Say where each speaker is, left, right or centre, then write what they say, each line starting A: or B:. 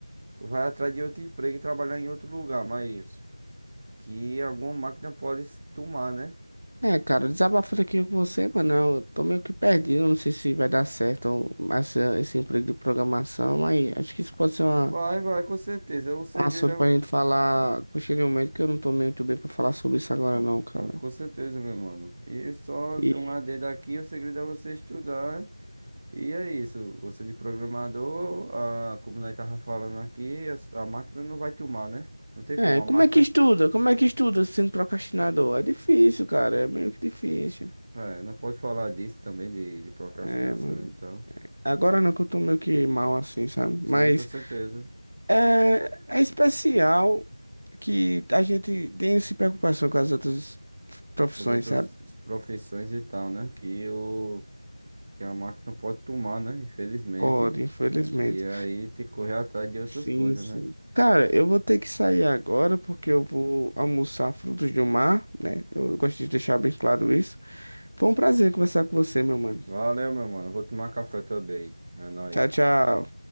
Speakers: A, on the right; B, on the right.
A: vai atrás de outro emprego e trabalhar em outro lugar, mas que alguma máquina pode se tomar, né?
B: É, cara, desabafo aqui com você, mano. Eu tô meio que perdido, não sei se vai dar certo ou- essa, esse emprego de programação, mas acho que isso pode ser uma,
A: Vai, vai, com certeza. O segredo
B: um assunto pra gente
A: é...
B: falar posteriormente, que eu não tô muito bem pra falar sobre isso agora
A: Pronto,
B: não, cara.
A: pronto, com certeza, meu mano. E só de
B: E,
A: um AD daqui, o segredo é você estudar né? E é isso, você de programador, a, como nós tava falando aqui, a, a máquina não vai te humar, né? Não tem como,
B: é,
A: a
B: como
A: máquina,
B: é que estuda? Como é que estuda sendo procrastinador? É difícil, cara, é meio que difícil.
A: é, nós pode falar disso também, de, de procrastinação
B: É, mano.
A: e tal.
B: Agora não que eu tô meio que mal assim, sabe?
A: Sim,
B: Mas
A: com certeza,
B: É, é especial que a gente tem essa preocupação com as outras profissões,
A: com as outras
B: sabe?
A: profissões e tal, né? Que, o, que a máquina pode tomar, né? Infelizmente,
B: Pode, infelizmente.
A: e aí tem que correr atrás de outras
B: Sim,
A: coisas,
B: sim.
A: né?
B: Cara, eu vou ter que sair agora porque eu vou almoçar frutos do mar, né? Eu gosto de deixar bem claro isso. Foi um prazer conversar com você, meu mano.
A: Valeu, meu mano, vou tomar café também, é nóis.
B: Tchau, tchau.